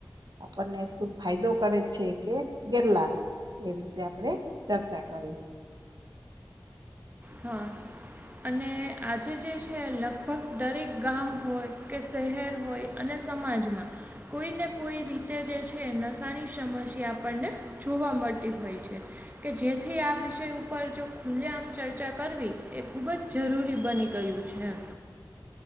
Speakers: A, on the right; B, on the right.
A: આપણને શું ફાયદો કરે છે કે ગેરલાભ. એ વિશે આપણે ચર્ચા કરી
B: હા. અને આજે જે છે લગભગ દરેક ગામ હોય, કે શહેર હોય અને સમાજમાં કોઈને કોઈ રીતે જે છે નશાની સમસ્યા આપણને જોવા મળતી હોય છે, કે જેથી આ વિષય ઉપર જો ખુલ્લે આમ ચર્ચા કરવી એ ખૂબ જ જરૂરી બની ગયું છે એમ.